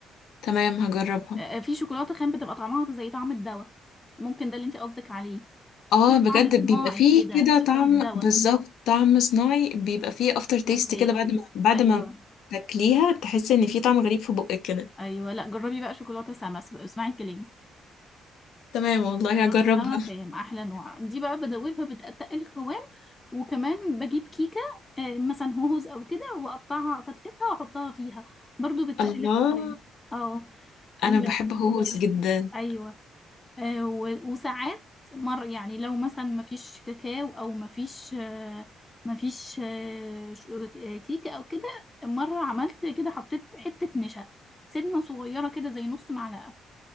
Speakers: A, on the left; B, on the left.
A: تمام هجربها
B: آه، آه، في شوكولاتة خام بتبقى طعمها زي طعم الدواء ممكن ده اللي انت قصدك عليه
A: اه
B: في
A: بجد
B: طعم صناعي
A: بيبقى فيه
B: كده
A: كده
B: شبه
A: طعم
B: الدواء
A: بالظبط طعم صناعي بيبقى فيه افتر تيست
B: فهماكي
A: كده بعد ما بعد
B: أيوه
A: ما تاكليها تحس ان في طعم غريب في بقك كده
B: أيوه لا جربي بقى شوكولاتة سما اس- اسمعي كلامي
A: تمام والله
B: شوكولاتة
A: هجربها
B: سما خام أحلى نوع دي بقى بدوبها بتقل القوام وكمان بجيب كيكة آه، مثلا هوز أو كده وأقطعها أفتفتها وأحطها فيها برضو بتقل
A: الله
B: القوام اه و...
A: انا بحب هوس جدا
B: ايوه آه، و- وساعات مر يعني لو مثلا مفيش كاكاو او مفيش آه، مفيش آه، ش- آه، كيكه او كده مره عملت كده حطيت حته نشا سنه صغيره كده زي نص معلقه